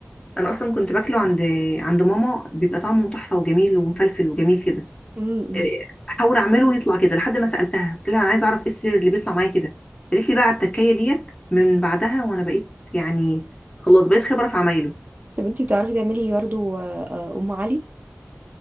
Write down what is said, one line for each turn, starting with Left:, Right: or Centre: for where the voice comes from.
Left: انا اصلا كنت باكله عند عند ماما بيبقى طعمه تحفه وجميل ومفلفل وجميل كده
Right: امم
Left: إيه، احاول اعمله ويطلع كده لحد ما سالتها قلت لها انا عايزه اعرف ايه السر اللي بيطلع معايا كده قالت لي بقى على التكايه ديت من بعدها وانا بقيت يعني خلاص بقيت خبره في عمايله
Right: طب انتي بتعرفي تعملي برضه آه، آه، ام علي